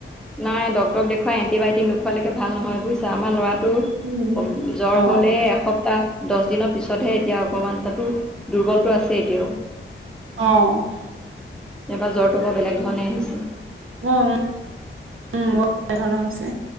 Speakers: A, in the centre; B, on the right (about 75°).
A: নাই ডক্টৰক দেখুৱাই এণ্টিবায়টিক নোখুৱোলৈকে ভাল নহয় বুজিছা? আমাৰ ল'ৰা টোৰ
B: উম,
A: জ্বৰ
B: অ
A: হ'লে এসপ্তাহ দহ দিনৰ পিছতহে এতিয়া অকমান তাতো দুৰ্বলটো আছে এতিয়াও।
B: অ'।
A: এইবাৰ জ্বৰটো বৰ বেলেগ ধৰণে আহিছে।
B: হয় উ, উ, উম, বৰ বেলেগ ধৰণে হৈছে।